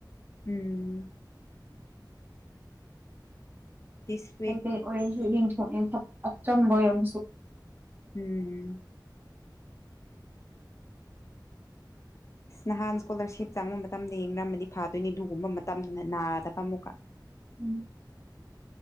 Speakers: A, on the left; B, on the right.
A: ꯎꯝ ꯗꯤꯁ ꯋꯤꯛ
B: ꯀꯩꯀꯩ ꯑꯣꯏꯔꯁꯨ ꯌꯦꯟꯊꯣꯛ ꯌꯦ ꯑꯆꯝꯕ ꯑꯣꯏꯔꯝꯁꯨ
A: ꯎꯝꯝ ꯑꯁ ꯅꯍꯥꯟ ꯏꯁꯀꯣꯂꯔꯁꯤꯞ ꯆꯪꯕ ꯃꯇꯝꯗ ꯌꯦꯡꯅꯔꯝꯃꯗꯤ ꯐꯥꯗꯣꯏꯅꯤ ꯑꯗꯨꯒꯒꯨꯝꯕ ꯃꯇꯝꯗꯅ ꯅꯥꯗꯕ ꯑꯃꯨꯛꯀ <inaudible>
B: ꯎꯝ